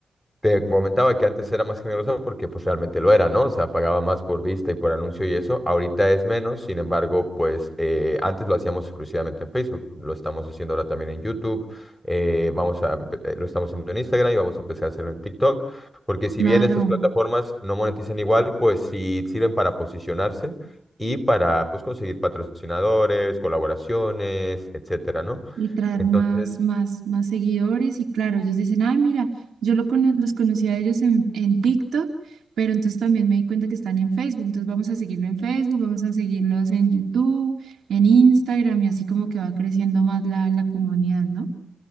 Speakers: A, in the centre; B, on the right.
A: te comentaba que antes era más generosa porque pues realmente lo era, ¿no? O sea, pagaba más por vista y por anuncio y eso. Ahorita es menos, sin embargo, pues eh, antes lo hacíamos exclusivamente en Facebook, lo estamos haciendo ahora también en YouTube, eh, vamos a, empe- eh, lo estamos haciendo en Instagram y vamos a empezar a hacerlo en TikTok, porque si
B: claro.
A: bien estas plataformas no monetizan igual, pues sí sirven para posicionarse y para pues conseguir patrocinadores, colaboraciones, etcétera, ¿no?
B: Y traer
A: Entonces...
B: más, más, más seguidores. Y claro, ellos dicen, ay, mira, yo lo cono- los conocí a ellos en, en TikTok, pero entonces también me di cuenta que están en Facebook. Entonces vamos a seguirlo en Facebook, vamos a seguirlos en YouTube, en Instagram, y así como que va creciendo más la, la comunidad, ¿no?